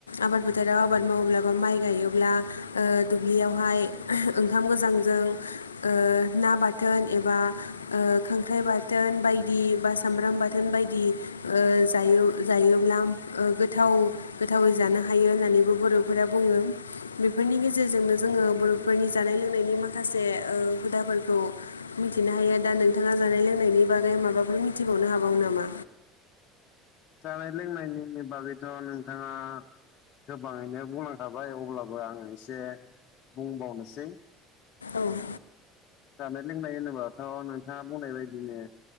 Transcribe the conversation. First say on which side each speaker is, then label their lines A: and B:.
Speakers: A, on the left; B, on the left.
A: आबाद फोथाराव आबाद मावोब्लाबो माइ माइ गायोब्ला ओ दुब्लियावहाय ओंखाम गोजांजों ओ ना बाथोन एबा ओ खांख्राइ बाथोन थोन बायदि बा सामब्राम बाथोन बायदि ओ जायो जायोब्ला ओ गोथाव आव गोथावै जानो हायो होननानैबो बर'फोरा बुङो बेफोरनि गेजेरजोंनो जोंङो बर' फोरनि जानाय लोंनायनि माखासे ओ हुदाफोरखौ मिथिनो हायो दा नोंथाङा जानाय लोंनायनि नि बागै माबाफोर मिथिबावनो हाबावो नामा?
B: जानाय-लोंनायनि बागैथ' नोंथाङा गोबाङैनो बुंलांखाबाय अब्लाबो आं एसे बुंबावनोसै
A: औ
B: जानाय लोंनाय होनोबाथ' नोंथाङा बुंनाय बायदिनो